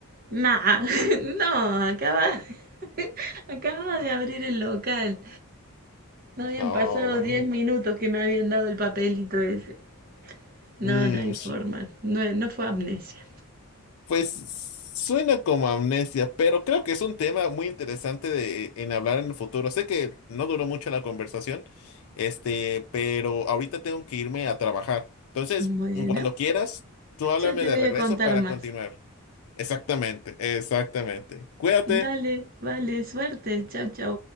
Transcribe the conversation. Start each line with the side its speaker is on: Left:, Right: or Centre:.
Right: Nah, <laughs> no, acaba, <laughs> acaba de abrir el local. No habían
Left: No,
Right: pasado
Left: vaya.
Right: 10 minutos que me habían dado el papelito ese. No,
Left: Mm,
Right: no hay forma.
Left: su-
Right: No, no fue amnesia.
Left: Pues suena como amnesia, pero creo que es un tema muy interesante de, en hablar en el futuro. Sé que no duró mucho la conversación, este, pero ahorita tengo que irme a trabajar. Entonces,
Right: Bueno,
Left: cuando quieras, tú háblame
Right: ya te
Left: de
Right: voy
Left: regreso
Right: a contar
Left: para
Right: más.
Left: continuar. Exactamente, exactamente. Cuídate.
Right: Dale, vale, suerte. Chau, chau.